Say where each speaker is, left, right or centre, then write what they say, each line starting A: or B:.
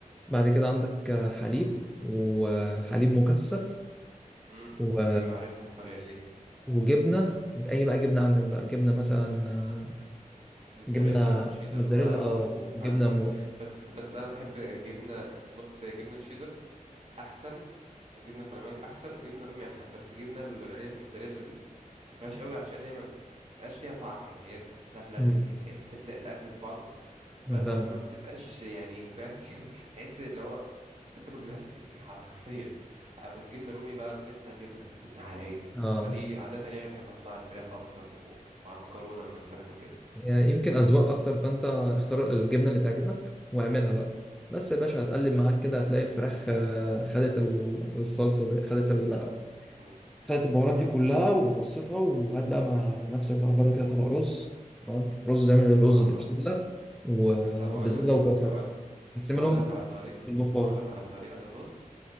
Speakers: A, in the centre; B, on the right.
A: بعد كده عندك آه، حليب
B: مم.
A: وحليب مكثف
B: مم.
A: و...
B: أيوة عارفها الطريقة دي
A: وجبنة أي بقى جبنة عندك بقى جبنة مثلا آه،
B: موتزاريلا
A: جبنة
B: أو شيدر
A: موتزاريلا
B: ما
A: اه
B: أو فلامنج
A: جبنة مو
B: بس بس أنا بحب جبنة بص هي جبنة الشيدر أحسن وجبنة الفلامنج أحسن وجبنة رومي أحسن بس جبنة اللي هي الموتزاريلا دي ما بحبهاش قوي عشان هي ما بيبقاش ليها طعم يعني هي بتحسها بلاستيك
A: مم.
B: كده هي بتلزق الأكل في بعضه بس
A: أنا فاهم
B: ما بتبقاش يعني فاهم <laughs> يعني تحس اللي هو انت بتاكل بلاستيك <laughs> حرفيا اما الجبنه الرومي بقى بتحس انها جبنه جبنه حقيقيه
A: اه
B: فدي عاده يعني بحب احطها على الفراخ اكتر و... وعلى المكرونه مثلا وكده
A: يعني يمكن أذواق أكتر فأنت اختار الجبنة اللي تعجبك واعملها بقى بس يا باشا هتقلب معاك كده هتلاقي
B: امم
A: الفراخ آه، خدت ال- الصلصة دي خدت ال...
B: امم
A: خدت البهارات
B: امم.
A: دي كلها ومتصيتها وهات بقى مع نفسك بقى بره كده طبق رز تمام رز اعمل رز
B: اه
A: ببسلة
B: طب
A: وبزلة
B: طب اقول لك
A: وجزر
B: هقول
A: قسمهم
B: هقول لك على طريق
A: بالبخار
B: هقول لك على طريقه للرز